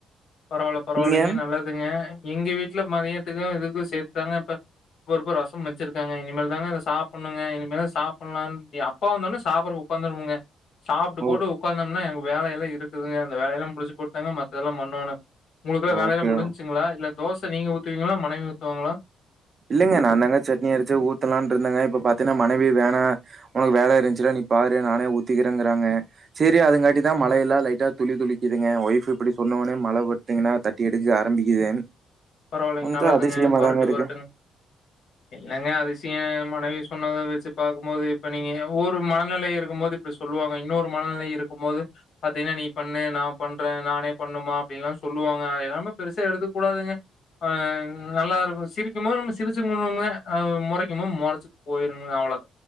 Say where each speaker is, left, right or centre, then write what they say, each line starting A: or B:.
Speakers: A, on the left; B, on the right.
A: பரவாயில்ல பரவாயில்லைங்க
B: நீங்க?
A: நல்லதுங்க எங்க வீட்டுல மதியம் துக்கும் இதுக்கும் சேர்த்துதாங்க இப்பபைக்கும் ரசம் வச்சிருக்காங்க இனிமேல் தாங்க சாப்பண்ணுங்க இனிமேதான் சாப்பலாம் அப்பா வந்த உடனே சாப்பிடறகு உட்காந்துருனுங்க சாப்பிட்டு
B: ஓ
A: போட்டு உட்கார்ந்தோம்னா எ வேலைய எல்லாம் இருக்குதுங்க அந்த வேல எல்லாம் முடிஞச்சு கொடுத்தாங்க மத்தெல்லாம் பண்ணோன்னு உங்களுக்கு எல்லாம் வேலை
B: ஓகே.
A: எல்லாம் முடிஞ்சுச்சுங்களா இல்ல தோசை நீங்க ஊத்துவீங்களா மனைவி ஊ துவாங்களா <unintelligible>
B: இல்லைங்க நான் தாங்க சட்னியரையிச்சு ஊத்தலாம்னு இருந்தேங்க இப்ப பாத்தீங்கன்னா மனைவி வேணா உனக்கு வேலை இருந்துச்சுல நீ பாரு நானே ஊத்திக்கிறேங்கிறாங்க சரி அதுங்காட்டி தான்
A: ம்.
B: மழை எல்லாம் லைட்டா தூ துளி துளி துளிங்க ஒய்ஃப் இப்படி சொன்னோடனே மழை பத்துங்கன்னா தட்டி எடுக்க ஆரம்பிக்குது
A: பரவாயில்லைங்க
B: கொஞ்சம்
A: நல்லதுங்க
B: அதிசயமா
A: வறட்டு
B: தாங்க இருக்கு.
A: வருட்டுங்க இல்லங்க அதிசய மனைவி சொன்னதை வச்சு பார்க்கும்போது இப்ப நீங்க ஒரு மனநிலை இருக்கும்போது இப்படி சொல்லுவாங்க இன்னொரு மனநிலை இருக்கும்போது பாார்த்தீங்கன்னா நீ பண்ணு நான் பண்றேன் நானே பண்ணுமா அப்படின்ல்லாம் சொல்லுவாங்க அது ஏல்லாமே பெருசா எடுத்துக்க கூடாதுங்க ஆஹ <unintelligible> நல்லா இருக்கும் சிரிக்கும்போ நம்ம சிரிச் முறைக்கு போது முறைச்சுட்டு போயிருங்க அவ்வளோ